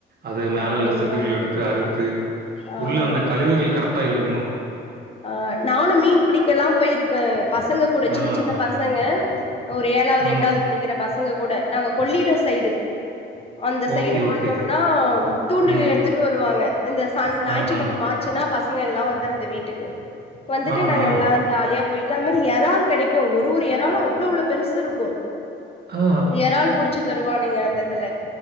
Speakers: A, on the right (about 55°); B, on the left (about 30°).
A: அது மேல
B: அப்டிங்களா
A: உள்ள செதில்கள எடுத்து அறுத்து
B: ஆ
A: உள்ள அந்த கழிவுகள் கரெக்ட்டா எடுக்கணு
B: ஆ நானு மீன் புடிக்க எல்லா போயிருக்கே. பசங்க கூட
A: ஆ,
B: சின்ன சின்ன
A: ஆ.
B: பசங்க ஒரு ஏழாவது,
A: ம்.
B: எட்டாவது படிக்கிற பசங்க கூட நாங்க கொல்லிட சைடு அந்த சைடு
A: ஓகே,
B: பாத்தோம்னா
A: ஓகே.
B: தூண்டில
A: அ,
B: எடுத்துட்டு வருவாங்க இந்த சன் ஞாயிற்றுக்கிழமா
A: ஆஹா.
B: ச்சுனா பசங்க எல்லா வந்தருது வீட்டுக்கு வந்துட்டு
A: ஆ,
B: நாங்க
A: ஆ.
B: எல்லா ஜாலியா போயிட்டா அ மாரி எறால் கெடைக்கு ஒரு ஒரு எறாளு அவ்ளோவ்ளோ பெருசு இருக்கு
A: ஆ.
B: எறால் புடுச்சு தருவானுங்க அந்த இதுல